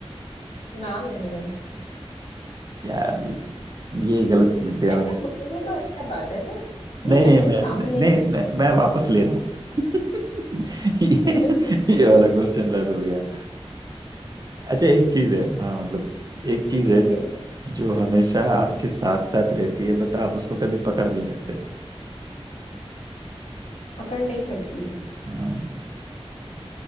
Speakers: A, on the left; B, on the right.
A: नाम है मेरा
B: यार ये गलत पूछ दिया
A: ऐसे
B: मैंने
A: पूछोगे तो अच्छा बात है ना
B: नहीं
A: ये
B: नहीं
A: ऐसे
B: मैं
A: सामने
B: नहीं
A: है
B: मैं, मैं वापस ले रहा हूँ <laughs> ये,
A: <laughs>
B: ये वाला क्वेश्चन रद्द हो गया अच्छा एक चीज है हाँ मतलब एक चीज
A: ठीक
B: है
A: है
B: जो हमेशा आपके साथ साथ रहती है बट आप उसको कभी पकड़ नहीं सकते
A: पकड़ नहीं सकती हूँ
B: हाँ <laughs>